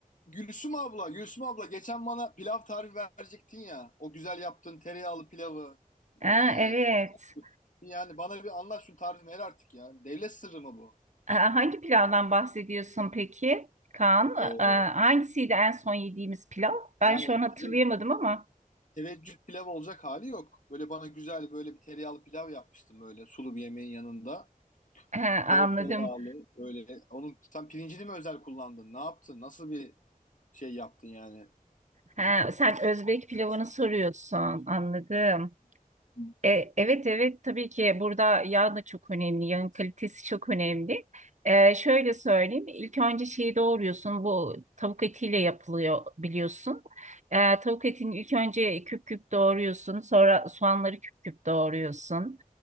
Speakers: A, on the left; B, on the right.
A: Gülsüm abla, Gülsüm abla geçen bana pilav tarifi verecektin ya. O güzel yaptığın tereyağlı pilavı.
B: Aa,
A: Ee,
B: evet.
A: yani bana bir anlat şu tarifi ver artık ya. Devlet sırrı mı bu?
B: Aa, hangi pilavdan bahsediyorsun peki Kaan? Aa,
A: Ee,
B: hangisiydi en son yediğimiz pilav? Ben
A: yani
B: şu an hatırlayamadım
A: teve-
B: ama
A: teveccüh pilav olacak hali yok. Böyle bana güzel böyle bir tereyağlı pilav yapmıştım böyle sulu bir yemeğin yanında.
B: Ha,
A: Bol
B: anladım.
A: tereyağlı böyle. Onun sen pirincini mi özel kullandın? Ne yaptın? Nasıl bir şey yaptın yani?
B: Ha, sen Özbek pilavını soruyorsun. Anladım.
A: Hı
B: E, evet evet tabii ki burada yağ da çok önemli, yağın kalitesi çok önemli. E, şöyle söyleyeyim, ilk önce şeyi doğruyorsun, bu tavuk etiyle yapılıyor biliyorsun. E, tavuk etini ilk önce küp küp doğruyorsun, sonra soğanları küp küp doğruyorsun.